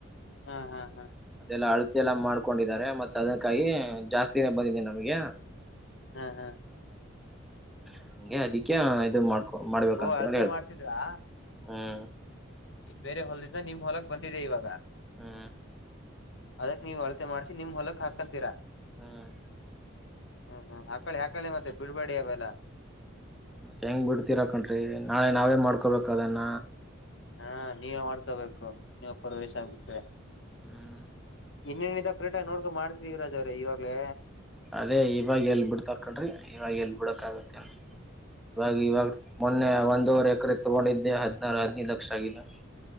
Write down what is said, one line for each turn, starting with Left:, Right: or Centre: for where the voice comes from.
Left: ಹಾ ಹಾ ಹಾ
Centre: ಅದೆಲ್ಲ ಅಳತೆ ಎಲ್ಲ ಮಾಡ್ಕೊಂಡಿದಿದ್ದಾರೆ ಮತ್ತ ಅದಕ್ಕಾಗಿ ಜಾಸ್ತಿನೇ ಬಂದಿದೆನಿ ನಮಗೆ
Left: ಹಾ ಹಾ
Centre: ಹಂಗೆ ಅದಕ್ಕೆ ಇದು ಮಾಡ ಮಾಡ್ಬೇಕಂತ
Left: ಓ ಅಳತೆ
Centre: ಹೇಳಿ ಹೇಳ್ತಾರೆ
Left: ಮಾಡ್ಸಿದ್ರಾ
Centre: ಹ್ಮ್
Left: ಈಗ ಬೇರೆ ಹೊಲ್ದಿಂದ ನಿಮ್ ಹೊಲಕ್ಕೆ ಬಂದಿದೆ ಇವಾಗ
Centre: ಹ್ಮ
Left: ಅದಕ್ ನೀವ್ ಅಳತೆ ಮಾಡ್ಸಿ ನಿಮ್ ಹೊಲಕ್ ಹಾಕಂತೀರಾ
Centre: ಹ್ಮ್
Left: ಹ್ಮ್ ಹ್ಮ್ ಹಾಕಳೆ ಹಾಕಳೆ ಮತ್ತೆ ಬಿಡ್ಬಡ ಅವೆಲ್ಲ
Centre: ಮತ್ತೆ ಹೆಂಗ್ ಬಿಡ್ತೀರ ಕಣ್ರೀ ನಾಳೆ ನಾವೇ ಮಾಡ್ಕೊಬೇಕ
Left: ಹ್ಮ್
Centre: ಅದನ್ನ
Left: ಹಾ ನೀವೇ ಮಾಡ್ಕೋಬೇಕು ನೀವು ಪ್ರವೇಶ ಆಗ್ಬಿಟ್ರೆ
Centre: ಹ್ಮ್
Left: ಇನ್ನೇನ್ ಇದೇ ಕರೆಕ್ಟಾಗಿ ನೋಡ್ಕೊ ಮಾಡಿಸ್ರಿ ಯುವರಾಜ ಅವರೇ ಇವಾಗಲೇ
Centre: ಅದೇ ಇವಾಗ ಎಲ್ ಬಿಡ್ತರ್ಕೊಂಡ್ರಿ ಇವಾಗ ಎಲ್ ಬಿಡಕ್ ಆಗತ್ತೇನ್ ಇವಾಗ ಇವಾಗ ಮೊನ್ನೆ ಒಂದೂವರ್ ಎಕರೆ ತಗೊಂಡಿದ್ದೆ ಹದ <unintelligible> <unintelligible> ರಾಜನಿ ಲಕ್ಷಾಗಿಲ್ಲ <inaudible>